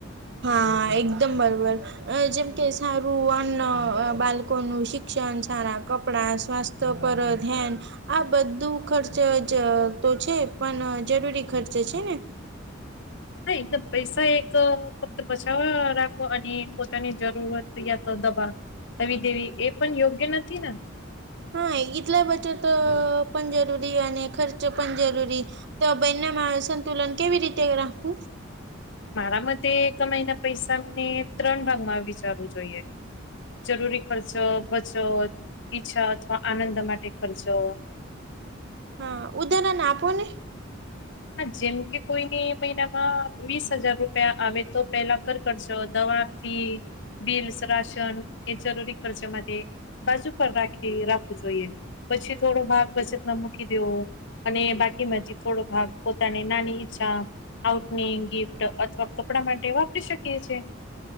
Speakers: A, on the right (about 60°); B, on the left (about 65°).
A: હા એકદમ બરોબર, અ જેમ કે સારું અન્ન બાલકોનું શિક્ષણ, સારા કપડાં, સ્વાસ્થ્ય પર ધ્યાન આ બધું ખર્ચ જ તો છે પણ જરૂરી ખર્ચ છે ને?
B: હા એકદમ પૈસા એક ફક્ત બચાવવા રાખો અને પોતાની જરૂરત યા તો દબાવ આવી દેવી એ પણ યોગ્ય નથી ને?
A: હા એટલે બચત પણ જરૂરી અને ખર્ચ પણ જરૂરી. તો આ બયનામા સંતુલન કેવી રીતે રાખવું?
B: મારા મતે કમાયના પૈસા અને ત્રણ ભાગમાં વિચારવું જોઈએ. જરૂરી ખર્ચો, બચત, ઈચ્છા અથવા આનંદ માટે ખર્ચો.
A: હા, ઉદાહરણ આપો ને.
B: હા જેમ કે કોઈને એ મહિનામાં વીસ હજાર રૂપિયા આવે તો પેલા કર કરજો દવા ફી, બિલ્સ, રાશન એ જરૂરી ખર્ચા માટે. બાજુ પર રાખી રાખવું જોઈએ. પછી થોડો ભાગ બચતમાં મૂકી દેવો અને બાકી બચ થોડો ભાગ પોતાની નાની ઈચ્છા આઉટનીગ, ગિફ્ટ અથવા કપડાં માટે વાપરી શકીએ છીએ.